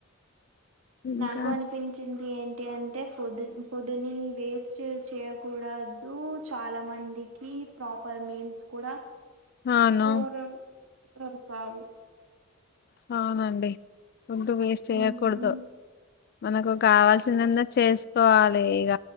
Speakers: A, on the left; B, on the right.
A: ఇంకా
B: నాకు అనిపించింది ఏంటి అంటే ఫుడ్ ఫుడ్ ని వేస్ట్ చేయకూడా రూ చాలా మందికి ప్రాపర్ మీల్స్ కూడా
A: అవును.
B: దర కధు <unintelligible>
A: అవునండి ఫుడ్డు వేస్ట్ చేయ్యకూడదు
B: ఉమ్,
A: మనకు కావాల్సిందింద చేసుకోవాలి ఇక